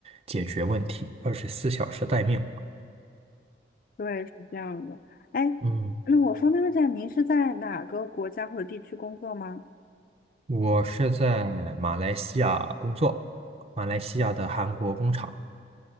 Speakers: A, on the right; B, on the left.
A: 解决问题，二十四小时待命。
B: 对，是这样的。哎，
A: 嗯
B: 那我方便问一下，您是在哪个国家或者地区工作吗？
A: 我是在马来西亚工作，马来西亚的韩国工厂。